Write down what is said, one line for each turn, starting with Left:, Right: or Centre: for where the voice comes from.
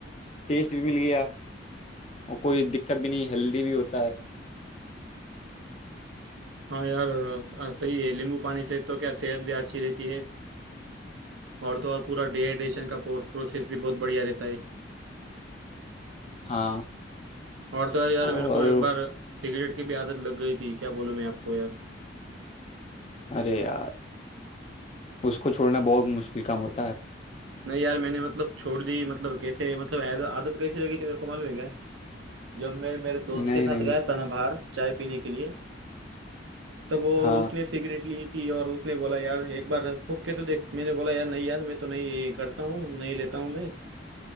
Left: टेस्ट भी मिल गया और कोई दिक्कत भी नहीं हेल्दी भी होता है
Right: हाँ यार अ, सही है नींबू पानी से तो क्या सेहत भी अच्छी रहती है और तो और पूरा डिहाइड्रेशन का प्रोसेस भी बहुत बढ़िया रहता है
Left: हाँ
Right: और तो यार यार
Left: और
Right: मेरे को एक बार सिगरेट की भी आदत लग गई थी क्या बोलूं मैं आपको यार
Left: अरे यार उसको छोड़ना बहुत मुश्किल काम होता है
Right: नहीं यार मैंने मतलब छोड़ दी मतलब कैसे मतलब ऐद- आदत कैसे लगी थी मेरे को मालूम है क्या जब मैं मेरे दोस्त
Left: नहीं
Right: के साथ
Left: नहीं
Right: गया था ना बाहर चाय पीने के लिए तब वो
Left: हाँ
Right: उसने सिगरेट ली थी और उसने बोला यार एक बार फूक के तो देख मैंने बोला यार नहीं यार मैं तो नहीं ये करता हूँ नहीं लेता हूँ मैं